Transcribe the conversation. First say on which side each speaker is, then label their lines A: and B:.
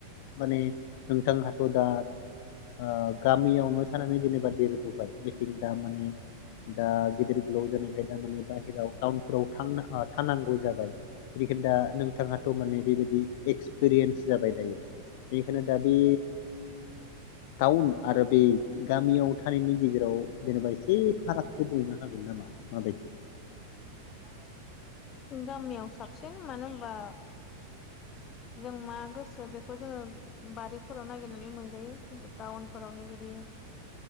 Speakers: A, on the left; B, on the left.
A: माने नोंथांहाथ' दा ओ गामियावनो थानानै जेनेबा देरबोबाय बिथिं दा माने दा गेदेर लाव जानाय फ्राय दा माने बाहेराव टाउनफोराव थां थानांगौ जाबाय बेनिखायनो दा नोंथाङाथ' माने बेबायदि एक्सपिरियेन्स जाबाय दायो। बेखायनो दा बे टाउन आरो बे गामियाव थानायनि गेजेराव जेनेबा एसे फारागखौ बुंनो हागोन नामा?
B: <inaudible>
A: माबायदि
B: गामियाव साबसिन मानो होनबा जों मा गोसो बेखौ जोङो बारिफोराव नागिरनानै मोनजायो खिन्थु टाउनफोरावनो बिदि